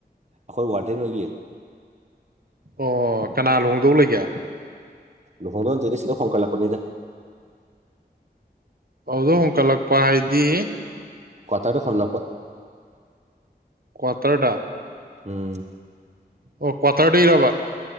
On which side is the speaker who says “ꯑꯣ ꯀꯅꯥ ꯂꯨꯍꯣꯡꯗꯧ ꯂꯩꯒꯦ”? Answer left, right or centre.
Right